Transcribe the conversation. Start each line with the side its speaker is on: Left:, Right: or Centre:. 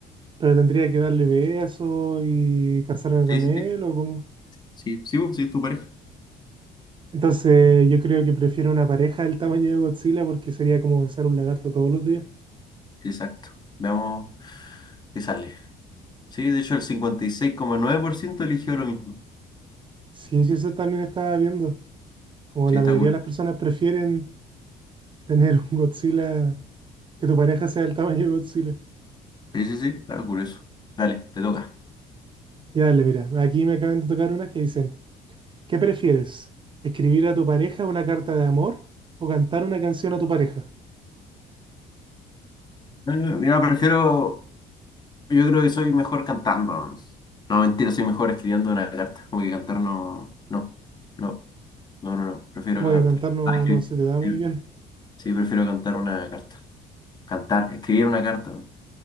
Right: Pero tendría que darle besos y casarme con
Left: Sí, sí,
Right: él
Left: sí.
Right: o cómo.
Left: Sí, sí, sí, es tu pareja.
Right: Entonces yo creo que prefiero una pareja del tamaño de Godzilla porque sería como besar un lagarto todos los días.
Left: Exacto. Veamos qué sale. Sí, de hecho, el cincuenta y seis coma nueve por ciento eligió lo mismo.
Right: Sí, sí, eso también estaba viendo. Como
Left: Sí,
Right: la
Left: está
Right: mayoría
Left: cool.
Right: de las personas prefieren tener un Godzilla, que tu pareja sea del tamaño de Godzilla.
Left: Sí, sí, sí, está curioso. Dale, te toca.
Right: Ya dale, mira, aquí me acaban de tocar unas que dicen. ¿Qué prefieres? ¿Escribir a tu pareja una carta de amor o cantar una canción a tu pareja?
Left: Eh, Mira, prefiero. Yo creo que soy mejor cantando. No, mentira, soy mejor escribiendo una carta. Como que cantar no. No, no, no, no, no. Prefiero
Right: Como
Left: cantar.
Right: que cantar no,
Left: Ah, escribir,
Right: no se te da
Left: escribir.
Right: muy bien.
Left: Sí, prefiero cantar una carta. Cantar, escribir una carta.